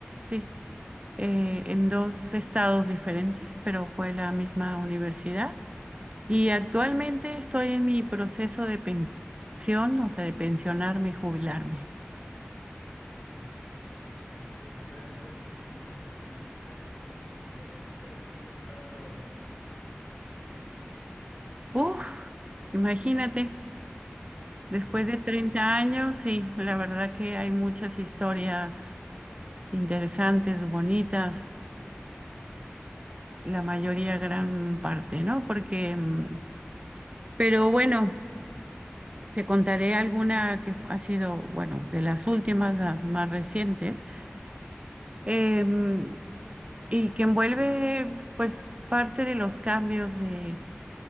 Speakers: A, on the right; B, on the left.
A: sí, eh, en dos estados diferentes, pero fue la misma universidad. Y actualmente estoy en mi proceso de pensión, o sea, de pensionarme y jubilarme.
B: Ah, súper Victoria, antes me imagino que como maestra debes tener un montón de historias que contarme hoy.
A: Uf, imagínate, después
B: Ajá,
A: de 30 años, sí, la verdad que hay muchas historias interesantes, bonitas, la mayoría, gran parte, ¿no? Porque, mm, pero bueno, te contaré alguna que fu- ha sido, bueno, de las últimas, las más recientes, em, y que envuelve, pues, parte de los cambios de,